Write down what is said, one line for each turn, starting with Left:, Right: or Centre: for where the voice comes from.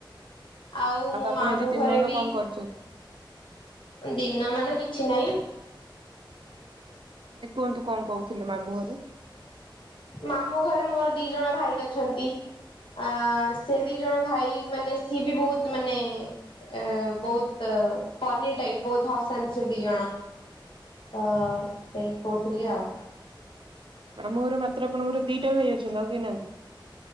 Left: ଆଉ ମୋ
Right: ଆପଣ
Left: ମାମୁଁ
Right: ଆଜି ଦିନମାନ
Left: ଘରେ ବି
Right: କଣ କରିଛନ୍ତି?
Left: ଦିନ ମାନ କିଛି ନାହିଁ।
Right: ଏ କୁହନ୍ତୁ କଣ କହୁଥିଲେ ମାମୁଁ ଘରେ
Left: ମାମୁଁ ଘରେ ମୋର ଦି ଜଣ ଭାଇ ଅଛନ୍ତି। ଆ ସେ ଦି ଜଣ ଭାଇ ମାନେ ସି ବି ବହୁତ ମାନେ ଅ ବହୁତ ତାର ଅ ଫନି ଟାଇପ ବହୁତ ହସାନ୍ତି ସେ ଦି ଜଣ। ତ ସେଇ କହୁଥିଲି ଆଉ।
Right: ମାମୁଁ ଘର ମାତ୍ର ଆପଣଙ୍କର ଦିଟା ଭାଇ ଅଛନ୍ତି ଆଉ କେହିନାହାନ୍ତି?